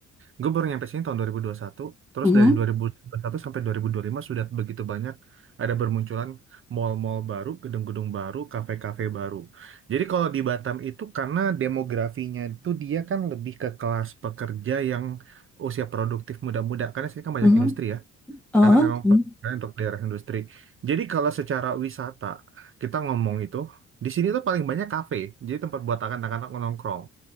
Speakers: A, on the right; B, in the centre.
A: gue baru nyampe sini tahun dua ribu dua ribu satu. terus
B: Mhm,
A: dari dua ribu dua ribu satu sampai dua dua ribu dua puluh lima sudah begitu banyak ada bermunculan mall-mall baru, gedung-gedung baru, kafe-kafe baru. Jadi kalau di Batam itu karena demografinya itu dia kan lebih ke kelas pekerja yang usia produktif muda-muda, karena sini kan banyak
B: mhm,
A: industri ya.
B: eh,
A: karena memang
B: hmm,
A: perkembangan untuk daerah industri. Jadi kalau secara wisata kita ngomong itu di sini tuh paling banyak kafe, jadi tempat buat anak-anak nongkrong.